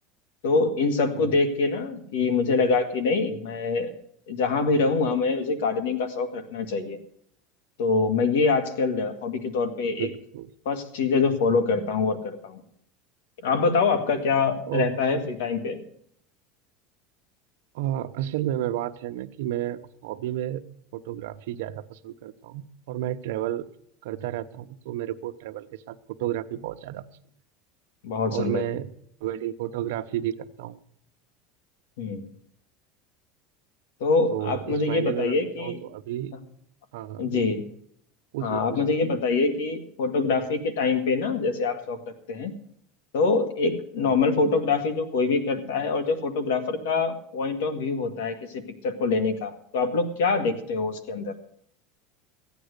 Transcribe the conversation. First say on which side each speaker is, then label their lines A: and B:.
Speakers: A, on the left; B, on the right.
A: तो इन सबको
B: हम्म,
A: देख के ना कि मुझे लगा कि नहीं मैं जहां भी रहूंगा मैं मुझे गार्डनिंग का शौक रखना चाहिए तो मैं ये आजकल हॉबी के तौर पे
B: बिल्कुल
A: एक फर्स्ट चीज है जो फॉलो करता हूँ और करता हूँ आप बताओ आपका क्या रहता
B: ओके
A: है फ्री टाइम पे
B: आ, असल में मैं बात है ना कि मैं हॉबी में फोटोग्राफी ज़्यादा पसंद करता हूँ और मैं ट्रैवल करता रहता हूँ तो मेरे को ट्रैवल के साथ फोटोग्राफी बहुत ज़्यादा पसंद है
A: बहुत सुंदर
B: और मैं वेडिंग फोटोग्राफी भी करता हूँ
A: हम्म तो
B: तो
A: आप मुझे
B: इस
A: ये
B: मायने
A: बताइए
B: में मैं बताऊँ
A: कि
B: तो अभी
A: हाँ,
B: हाँ हाँ
A: जी
B: बिल्कुल पूछिए
A: हाँ आप
B: पूछिए
A: मुझे ये बताइए कि फोटोग्राफी के टाइम पे ना जैसे आप शौक रखते हैं तो एक नॉर्मल
B: हम्म।
A: फोटोग्राफी जो कोई भी करता है और जो फोटोग्राफर का पॉइंट ऑफ व्यू होता है किसी पिक्चर को लेने का तो आप लोग क्या देखते हो उसके अंदर